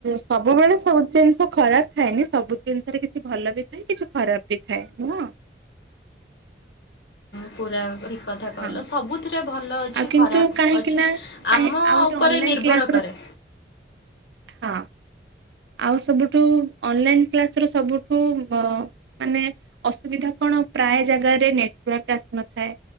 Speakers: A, on the right; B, on the left.
A: ସବୁବେଳେ ସବୁ ଜିନିଷ ଖରାପ ଥାଏନି ସବୁ ଜିନିଷରେ କିଛି ଭଲ ବି ଥାଏ କିଛି ଖରାପ ବି ଥାଏ ନୁହଁ?
B: ପୁରାପୁରି ଠିକ୍ କଥା କହିଲ
A: ହଁ।
B: ସବୁଥିରେ ଭଲ ଅଛି
A: ଆଉ କିନ୍ତୁ
B: ଖରାପ
A: କାହିଁକି
B: ଅଛି।
A: ନା କାହିଁ
B: ଆମ
A: ଆଉ ଗୋଟେ
B: ଉପରେ
A: ଅନଲାଇନ
B: ନିର୍ଭର
A: କ୍ଲାସରେ
B: କରେ।
A: ହଁ। ଆଉ ସବୁଠୁ ଅନଲାଇନ କ୍ଲାସ ର ସବୁଠୁ ମାନେ ଅସୁବିଧା କଣ ପ୍ରାୟ ଜାଗାରେ ନେଟ୍ୱୱର୍କ ଆସିନଥାଏ